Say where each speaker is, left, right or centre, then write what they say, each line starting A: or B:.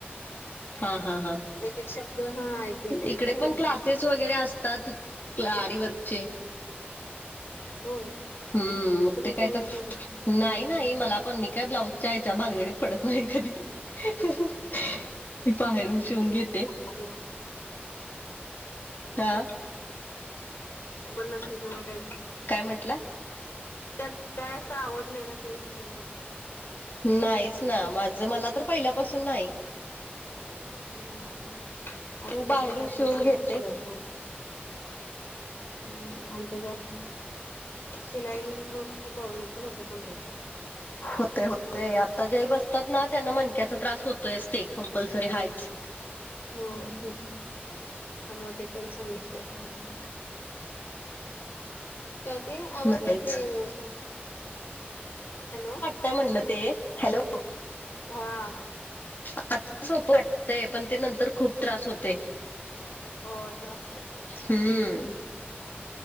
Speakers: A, on the left; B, on the left.
A: हा हा हा
B: एक एक शब्द हा ऐकू येत नाहीत
A: इकडे
B: व्यवस्थित
A: पण क्लासेस वगैरे असतात आरी वर्कचे.
B: होय
A: हम्म मग
B: तुम्ही
A: ते काय
B: केलाय
A: तर
B: की नाही
A: नाही नाही मला पण मी काय ब्लाऊजच्या यायच्या भानगडीत पडत नाही कधी हीही मी बाहेरून शिवून घेते
B: आम्ही
A: हा.
B: पण नसत मला काय
A: काय म्हटलं
B: त्यात काय असं आवड नाही ना ते शिलाईच
A: नाहीच ना माझ मला तर पहिल्यापासून नाही.
B: मला पण नाही आव बाकी
A: मग बाहेरून
B: दुसरं काय
A: शिवून
B: पण चांग
A: घेते
B: पण शलाई हम्म अंत का शिलाईमुळे ते प्रॉब्लेम पण होते कमरेचा
A: होते होते
B: नंतर
A: आता जे बसतात ना त्यांना मनक्याचा त्रास होतोय असते कंपल्सरी हायच
B: हो होत त्यामुळे ते कोण सांगितले राहू दे तिकडे.. काय ते आवाज
A: नाहीच
B: येत नाही आहे व्यवस्थितुमचा हॅलो
A: तेय म्हणलं ते हॅलो
B: हा
A: आता सोप वाटतय पण ते नंतर खूप त्रास होते.
B: हो त्रास करते.
A: हम्म